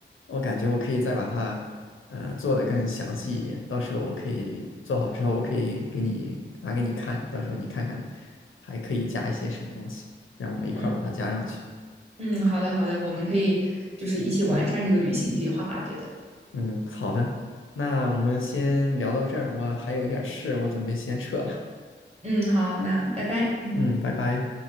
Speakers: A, on the left; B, on the right.
A: 我感觉我可以再把它呃做得更详细一点，到时候我可以做好之后，我可以给你拿给你看，到时候你看看还可以加一些什么东西，然后我们一块儿把它加上去。
B: <laughs> 嗯嗯，好的好的，我们可以就是一起完善这个旅行计划。对的，
A: 嗯，好的，那我们先聊到这儿，我还有一点事，我准备先撤了。
B: 嗯，好，那拜拜。
A: 嗯，拜拜。